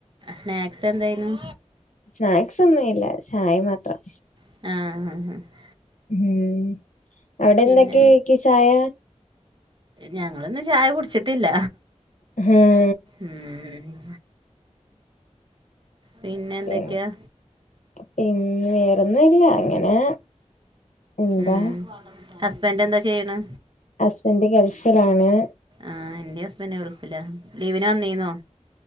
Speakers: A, on the right; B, on the left.
A: സ്നാക്സ് എന്തായിര്ന്നു
B: സ്നാക്സ് ഒന്നും ഇല്ല ചായ മാത്രം.
A: ആഹ്‌ ആ ആ
B: ഉം അവിടെന്തൊക്കെയക്ക്
A: പിന്നെ
B: ചായ.
A: ഞങ്ങളിന്ന് ചായ കുടിച്ചിട്ടില്ല.
B: ഉം
A: ഉംഹും പിന്നെന്തക്കെയാ?
B: പിന്നെ പിന്നെ വേറൊന്നല്ല അങ്ങനെ എന്താ
A: ഉ ഹസ്ബന്റ് എന്താ ചെയ്യണ്?
B: ഹസ്ബന്റ് ഗൾഫിലാണ്.
A: ആഹ്‌ എന്റെ ഹസ്ബന്റ് ഗൾഫില ലീവിന് വന്നീന്നോ